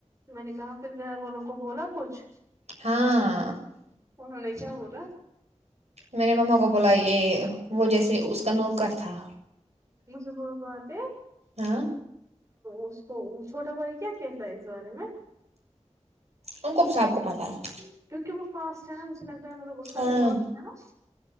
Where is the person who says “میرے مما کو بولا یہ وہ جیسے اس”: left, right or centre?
Right